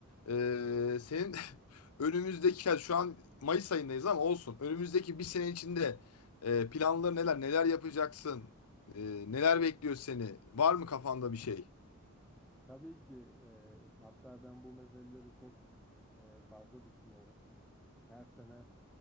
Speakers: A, on the left; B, in the centre.
A: Ee, senin <laughs> önümüzdeki, yani şu an Mayıs ayındayız ama olsun. Önümüzdeki bir sene içinde e, planları neler, neler yapacaksın, e, neler bekliyor seni, var mı kafanda bir şey?
B: Tabii ki e, hatta ben bu meseleleri çok e, fazla düşünüyorum. Her sene